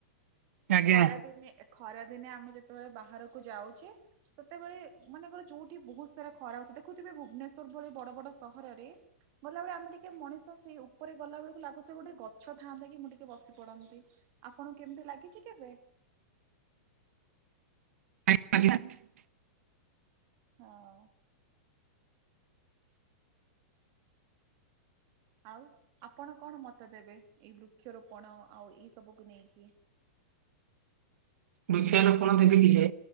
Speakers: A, on the right; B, on the right.
A: ଆଜ୍ଞା।
B: ଖରା ଦିନେ ଖରା ଦିନେ ଆମେ ଯେତେବେଳେ ବାହାରକୁ ଯାଉଛେ ସେତେବେଳେ ମାନେଙ୍କୋର ଯୋଉଠି ବହୁତ ସାରା ଖରା ହଉ ଦେଖୁଥିବେ ଭୁବନେଶ୍ୱର ଭଳି ବଡ ବଡ ସହରରେ ଗଲାବେଳେ ଆମେ ଟିକେ ମଣିଷ ସେଇ ଉପରେ ଗଲାବେଳକୁ ଲାଗୁଛି ମତେ ଗୋଟେ ଗଛ ଥାଆନ୍ତା କି ମୁଁ ଟିକେ ବସି ପଡନ୍ତି ଆପଣଙ୍କୁ କେମିତି ଲାଗିଛି କେବେ?
A: ଆ <unintelligible>
B: ହଁ। ଆଉ ଆପଣ କଣ ମତ ଦେବେ ଏଇ ବୃକ୍ଷରୋପଣ ଆଉ ଏଇ ସବୁକୁୁ ନେଇକି।
A: ବୁକ୍ଷ ରୋପଣ ଦେବୀ କି ଯେ